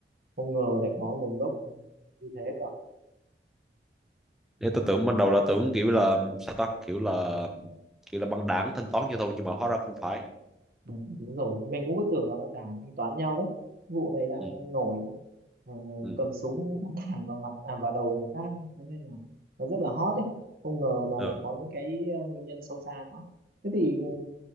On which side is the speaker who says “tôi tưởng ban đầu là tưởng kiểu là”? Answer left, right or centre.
Centre